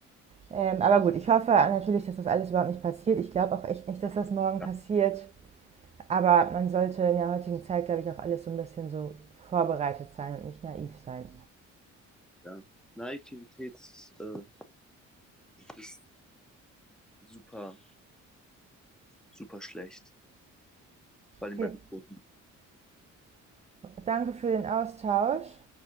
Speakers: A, on the right; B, in the centre.
A: Ähm, aber gut, ich hoffe natürlich, dass das alles überhaupt nicht passiert. Ich glaube auch echt nicht, dass das morgen
B: Ja,
A: passiert. Aber man sollte in der heutigen Zeit, glaube ich, auf alles so ein bisschen so vorbereitet sein und nicht naiv sein.
B: ja. Naivität äh, ist super, super schlecht, vor allem
A: Okay,
B: bei so großen
A: danke für den Austausch.